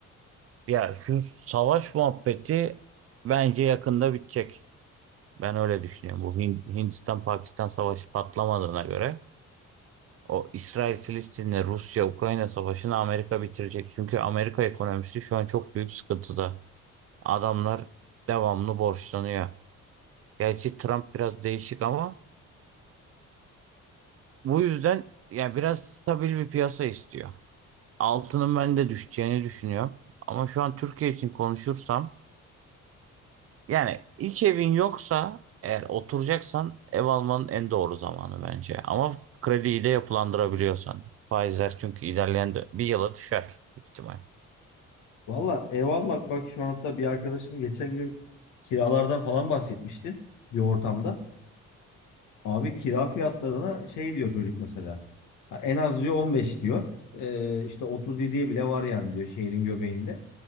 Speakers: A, on the right (about 50°); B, on the left (about 80°).
A: Ya şu savaş muhabbeti bence yakında bitecek. Ben öyle düşünüyorum. Bu Hin- Hindistan-Pakistan savaşı patlamadığına göre o İsrail-Filistin'le Rusya-Ukrayna savaşını Amerika bitirecek. Çünkü Amerika ekonomisi şu an çok büyük sıkıntıda. Adamlar devamlı borçlanıyor. Gerçi Trump biraz değişik ama Bu yüzden ya biraz stabil bir piyasa istiyor. Altının ben de düşeceğini düşünüyorum. Ama şu an Türkiye için konuşursam yani ilk evin yoksa eğer oturacaksan ev almanın en doğru zamanı bence. Ama krediyi de yapılandırabiliyorsan. Faizler çünkü ilerleyen dö- bir yıla düşer büyük ihtimal.
B: Valla ev almak bak şu an hatta bir arkadaşım geçen gün kiralardan falan bahsetmişti bir ortamda. Abi kira fiyatlarına şey diyor çocuk mesela. Ha, En az diyor 15 diyor. Ee, işte 37'ye bile var yani diyor şehrin göbeğinde.